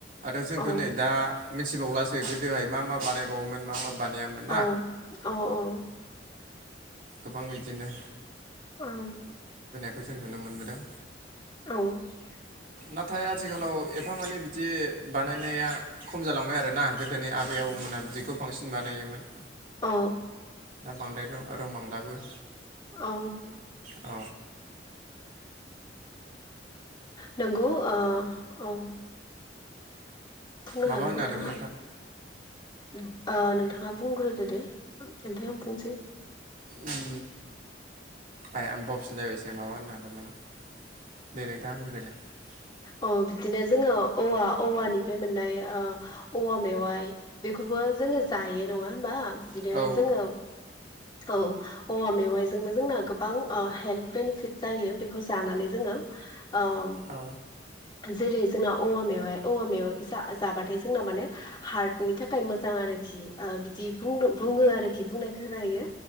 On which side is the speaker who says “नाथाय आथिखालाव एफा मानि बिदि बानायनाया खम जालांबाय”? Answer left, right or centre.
Right